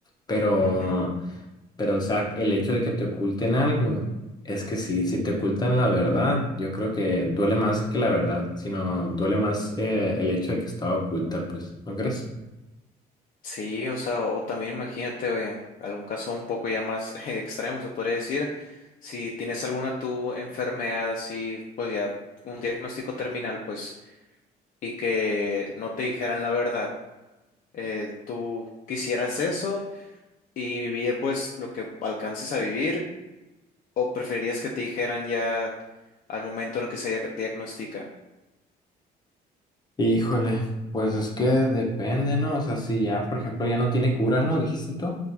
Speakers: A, on the left; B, on the left.
A: Pero...
B: Ujú.
A: Pero, o sea, el hecho de que te oculten algo, es que sí, si te ocultan la verdad, yo creo que duele más que la verdad, sino duele más eh, el hecho de que estaba oculta, pues, ¿no crees?
B: Sí, o sea, o, también imagínate eh, algún caso un poco ya más <laughs> extremo, se podría decir. Si tienes alguna tu enfermedad así, pues ya un diagnóstico terminal, pues, y que no te dijeran la verdad. Eh, tú quisieras eso y vivir pues lo que alcances a vivir, o preferirías que te dijeran ya al momento en el que se dia- diagnostica?
A: Híjole, pues es que depende, ¿no? O sea, si ya, por ejemplo, ya no tiene cura, ¿no? Dijiste tú.